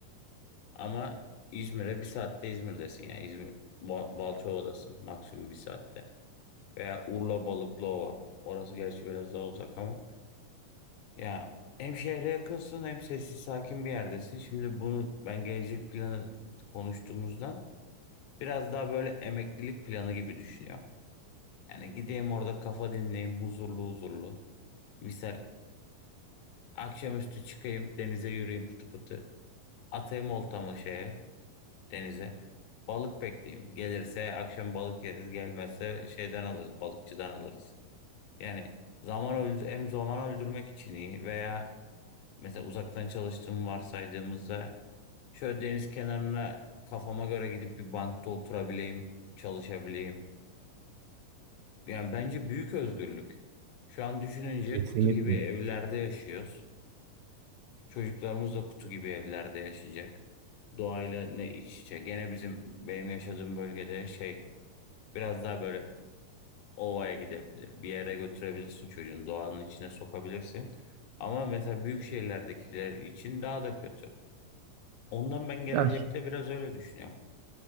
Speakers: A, on the left; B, on the right.
A: Ama İzmir'e bir saatte İzmir'desin yani. İzmir, Ba- Balçova'dasın maksimum bir saatte. Veya Urla Balıklıova. Orası gerçi biraz daha uzak ama. Ya hem şehre yakınsın hem sessiz sakin bir yerdesin. Şimdi bunu ben gelecek planı konuştuğumuzdan biraz daha böyle emeklilik planı gibi düşünüyorum. Yani gideyim orada kafa dinleyeyim huzurlu huzurlu. Misal Akşamüstü çıkayım denize yürüyeyim pıtı pıtı. Atayım oltamı şeye, denize. Balık bekleyeyim. Gelirse akşam balık yeriz. Gelmezse şeyden alırız, balıkçıdan alırız. Yani zaman öldü hem zaman öldürmek için iyi veya mesela uzaktan çalıştığımı varsaydığımızda şöyle deniz kenarına kafama göre gidip bir bankta oturabileyim, çalışabileyim. Yani bence büyük özgürlük. Şu an düşününce
B: Kesinlikle.
A: kutu gibi evlerde yaşıyoruz. Çocuklarımız da kutu gibi evlerde yaşayacak. Doğayla ne iç içe. Gene bizim benim yaşadığım bölgede şey biraz daha böyle ovaya gidebilir. Bir yere götürebilirsin çocuğun doğanın içine sokabilirsin. Ama mesela büyük şehirlerdekiler için daha da kötü. Ondan ben gelecekte
B: Ya, ş-
A: biraz öyle düşünüyorum.